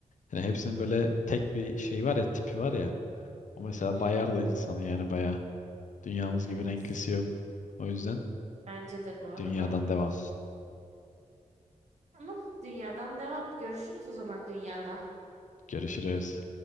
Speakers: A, on the left; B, on the right.
A: Yani hepsinin
B: Hı
A: böyle tek bir şey var ya, tipi var ya. O mesela
B: hı. hı.
A: bayar da insanı yani bayağı. Dünyamız
B: Evet.
A: gibi renklisi yok. O yüzden
B: Bence de bu arada.
A: dünyadan devam.
B: Tamam. Dünyadan devam. Görüşürüz o zaman dünyada.
A: Görüşürüz.